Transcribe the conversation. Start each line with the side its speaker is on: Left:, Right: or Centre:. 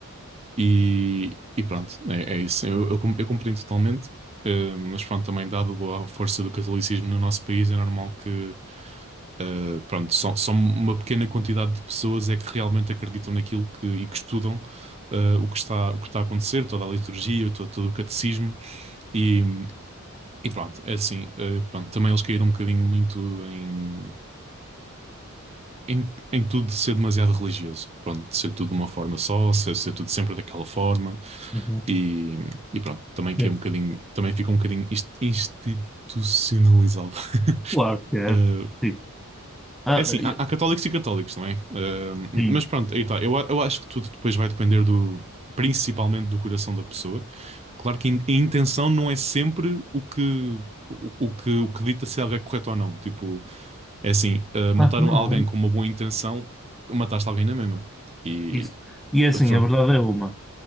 Right: e, e pronto, é, é isso. Eu, eu, com- eu compreendo totalmente, uh, mas pronto, também dado a força do catolicismo no nosso país, é normal que, uh, pronto, só, só uma pequena quantidade de pessoas é que realmente acreditam naquilo que, e que estudam, uh, o que está, o que está a acontecer, toda a liturgia, todo, todo o catecismo, e, e pronto, é assim. uh, pronto, também eles caíram um bocadinho muito em. em, em tudo ser demasiado religioso. Pronto, ser tudo de uma forma só, ser, ser tudo sempre daquela forma.
Centre: Uhum.
Right: E, e pronto, também que
Centre: Sim.
Right: é um bocadinho, também fica um bocadinho inst- institucionalizado. <laughs>
Centre: Claro que é.
Right: Eh,
Centre: Sim. Ah,
Right: é assim,
Centre: e-
Right: há, há católicos e católicos, não é? Eh,
Centre: sim.
Right: mas pronto, aí está. Eu, a- eu acho que tudo depois vai depender do, principalmente do coração da pessoa. Claro que in- a intenção não é sempre o que, o, o que, o que dita se algo é correto ou não. Tipo, é assim, eh, matar
Centre: Claro que
Right: um,
Centre: não.
Right: alguém com uma boa intenção, mataste alguém na mesma. E
Centre: Isso. E é assim,
Right: eh, pronto.
Centre: a verdade é uma.